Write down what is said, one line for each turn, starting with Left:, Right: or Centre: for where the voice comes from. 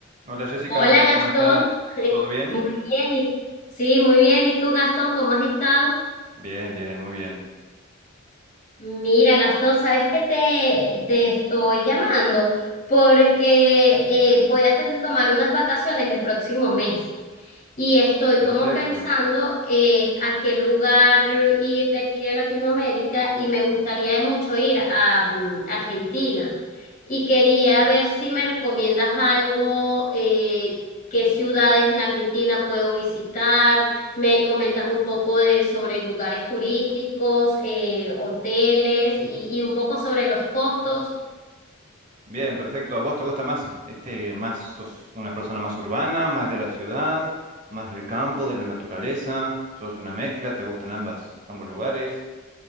Right: Hola Jessica,
Left: Hola Gastón,
Right: ¿cómo estás?
Left: <laughs>
Right: ¿Todo bien?
Left: muy bien, y, sí, muy bien. ¿Y tú, Gastón, cómo has estado?
Right: Bien, bien, muy bien.
Left: Mira, Gastón, ¿sabes qué te, te estoy llamando? Porque eh, voy a ten- tomar unas vacaciones el próximo mes y estoy
Right: Perfecto.
Left: como pensando eh, a qué lugar ir de aquí de Latinoamérica y me gustaría mucho ir a mm, Argentina y quería ver si me recomiendas algo, eh, qué ciudades en Argentina puedo visitar me comentas un poco de, sobre lugares turísticos, eh, hoteles y, y un poco sobre los costos.
Right: Bien, perfecto. ¿A vos te gusta más este, más sos una persona más urbana, más de la ciudad, más del campo, de la naturaleza? ¿Sos una mezcla? ¿Te gustan ambas, ambos lugares?